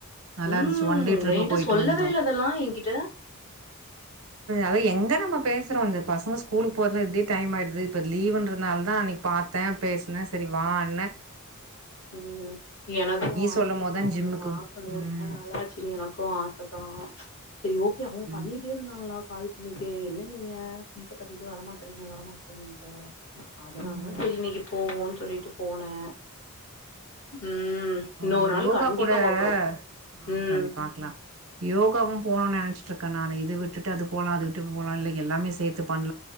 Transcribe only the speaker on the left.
ம்
இது
என்கிட்ட
சொல்லவே
இல்ல இதெல்லா என்கிட்ட
ம் எனக்கு ஆசதா
உன்ன
பாக்கணு
ரொம்ப நாளாச்சு எனக்கு ஆசதா
சரி ஓகே அவங்க
பண்ணிட்டே இருந்தாங்களா கால் பண்ணிட்டு என்ன நீங்க பீஸ்ச கட்டிட்டு வரமாட்றீங்க வரமாட்றீங்கன்ட்டு அதனாலதா
சரி இன்னைக்கு போவோன்னு சொல்லிட்டு போனே ம் இன்னொரு
நாள்
கண்டிப்பா
பாக்குறோ
ம்